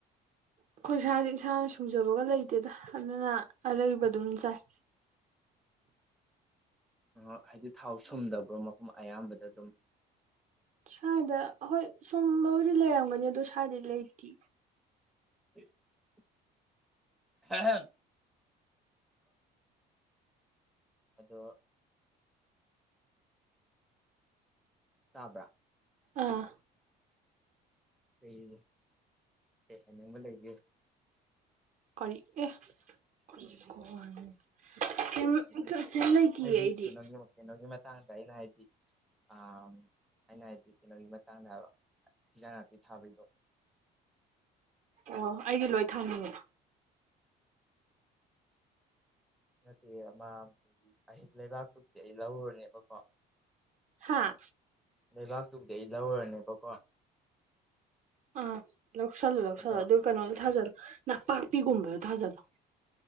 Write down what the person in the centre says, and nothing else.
ꯑꯣ ꯍꯥꯏꯗꯤ ꯊꯥꯎ ꯁꯨꯝꯗꯕ꯭ꯔꯣ ꯃꯐꯝ ꯑꯌꯥꯝꯕꯗ ꯑꯗꯨꯝ
<inaudible> ꯑꯦꯍꯨꯝ ꯑꯗꯣ ꯇꯥꯕ꯭ꯔꯥ
ꯀꯩ ꯀꯩ ꯍꯥꯏꯅꯤꯡꯕ ꯂꯩꯒꯦ
ꯍꯥꯏꯗꯤ
ꯍꯥꯏꯗꯤ
ꯀꯩꯅꯣꯒꯤ ꯀꯩꯅꯣꯒꯤ ꯃꯇꯥꯡꯗ ꯑꯩꯅ ꯍꯥꯏꯗꯤ ꯑꯥ ꯑꯩꯅ ꯍꯥꯏꯗꯤ ꯀꯩꯅꯣꯒꯤ ꯃꯇꯥꯡꯗ ꯍꯥꯏꯕ ꯍꯤꯟꯖꯥꯡ ꯅꯥꯄꯤ ꯊꯥꯕꯩꯗꯨ
ꯅꯠꯇꯦꯌꯦ ꯑꯃ ꯑꯁꯤ ꯂꯩꯕꯥꯛꯇꯨꯕꯨꯗꯤ ꯑꯩ ꯂꯧꯔꯨꯔꯅꯦꯕꯀꯣ
ꯂꯩꯕꯥꯛꯇꯨꯕꯨꯗꯩ ꯑꯩ ꯂꯧꯔꯨꯔꯅꯦꯕꯀꯣ
ꯑꯗꯣ